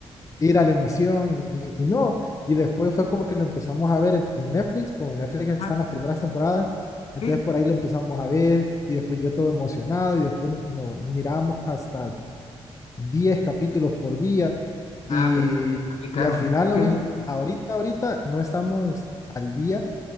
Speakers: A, on the left; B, on the left.
A: ir a la emisión y, y- y no. Y después fue como que lo empezamos a ver en, en Netflix, como en Netflix están
B: Ajá,
A: las primeras temporadas, entonces
B: sí,
A: por ahí lo empezamos a ver y después yo todo emocionado y después nos miramos hasta 10 capítulos por día y,
B: Ah, perfecto, aplicaron.
A: y al final
B: Qué
A: ahorita,
B: gusto
A: ahorita, ahorita no estamos al día,